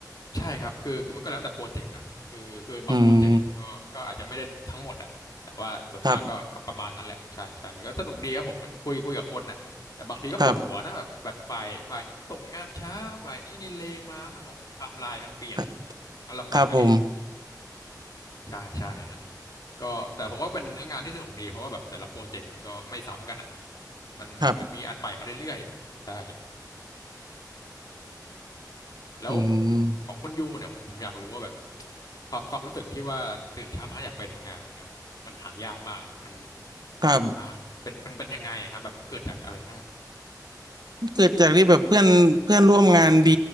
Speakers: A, on the left (about 60°); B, on the right (about 70°).
A: ใช่ครับคือคือมันก็แล้วแต่โปรเจกต์นะคือคือบางโปรเจกต์มันก็ก็อาจจะไม่ได้ทั้งหมดอะแต่ว่าส่วนมากก็ก็ประมาณนั้นแหละใช่ใช่ก็สนุกดีครับผมเหมือนคุยคุยกับคนน่ะแต่บางทีก็ปวดหัวนะแบบแบบฝ่ายฝ่ายนู้นส่งงานช้าฝ่ายนี้ดีเลย์มามันไทม์ไลน์มันเปลี่ยน
B: อืมครับครับ <laughs>
A: ก็ลำบากอีก
B: ครับผม
A: ใช่ใช่ฮะ ก็แต่ผมว่าเป็นเนื้องานที่สนุกดีเพราะว่าแบบแต่ละโปรเจกต์มันก็ไม่ซ้ำกันอ่ะมันมันเหมือนมีอันใหม่มาเรื่อยๆใช่
B: ครับ
A: แล้ว
B: อืม
A: ของคุณยูเนี่ยผมผมอยากรู้ว่าแบบความความรู้สึกที่ว่าตื่นเช้ามาอยากไปทำงานเนี่ยโหมันหายากมากนะมัน
B: ครับ
A: อ่าเป็นเป็นเป็นยังไงอะครับแบบมันเกิดจากอะไรมั่ง
B: เกิดจากที่แบบเพื่อนเพื่อนร่วมงานดี